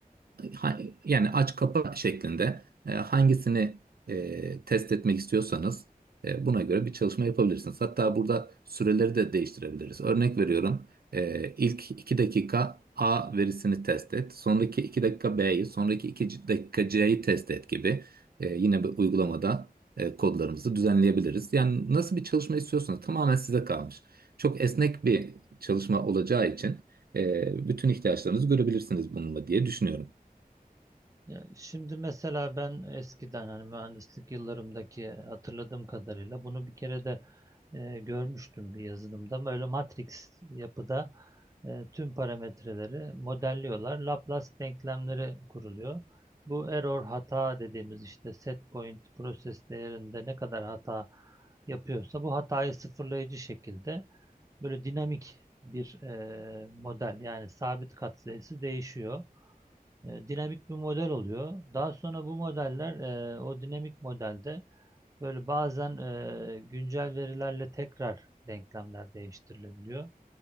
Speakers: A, on the right; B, on the right.
A: ha- yani aç kapa şeklinde e, hangisini e, test etmek istiyorsanız e, buna göre bir çalışma yapabilirsiniz. Hatta burada süreleri de değiştirebiliriz. Örnek veriyorum. e, ilk 2 dakika A verisini test et. Sonraki 2 dakika B'yi, sonraki 2 dakika C'yi test et gibi. E, yine bir uygulamada e, kodlarımızı düzenleyebiliriz. Yani nasıl bir çalışma istiyorsanız tamamen size kalmış. Çok esnek bir çalışma olacağı için e, bütün ihtiyaçlarınızı görebilirsiniz bununla diye düşünüyorum.
B: Yani şimdi mesela ben eskiden hani mühendislik yıllarımdaki hatırladığım kadarıyla bunu bir kere de e, görmüştüm bir yazılımda. Böyle matris yapıda e, tüm parametreleri modelliyorlar. Laplace denklemleri kuruluyor. Bu error hata dediğimiz işte set point proses değerinde ne kadar hata yapıyorsa bu hatayı sıfırlayıcı şekilde böyle dinamik bir e, model yani sabit katsayısı değişiyor e, dinamik bir model oluyor. Daha sonra bu modeller e, o dinamik modelde böyle bazen e, güncel verilerle tekrar denklemler değiştirilebiliyor.